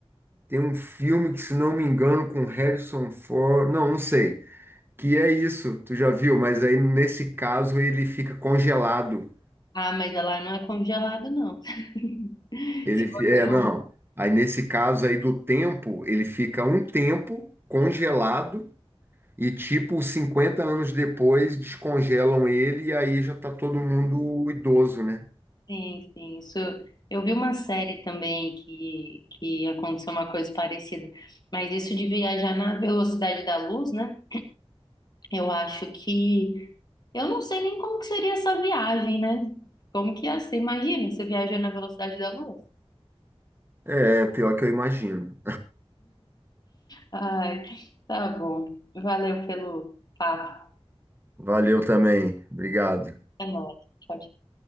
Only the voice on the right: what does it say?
tem um filme que, se não me engano, com Harrison Ford, não, não sei, que é isso, tu já viu, mas aí nesse caso ele fica congelado.
Ele,
fi-
é, não. Aí nesse caso aí do tempo, ele fica um tempo congelado E, tipo, 50 anos depois, descongelam ele e aí já tá todo mundo idoso, né?
É, pior que eu imagino.
Valeu também. Obrigado.